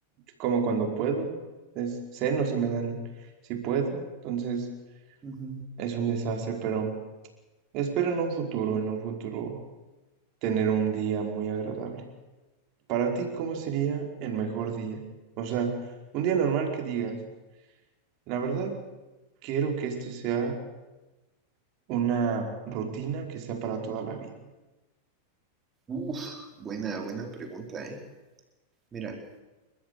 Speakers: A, on the right; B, on the right.
A: Como cuando puedo, es ceno si me dan, si puedo, entonces
B: Ujú.
A: es un desastre, pero espero en un futuro, en un futuro tener un día muy agradable. Para ti, ¿cómo sería el mejor día? O sea, un día normal que digas. La verdad, quiero que esto sea una rutina que sea para toda la vida.
B: Uf, buena, buena pregunta, ¿eh? Mira,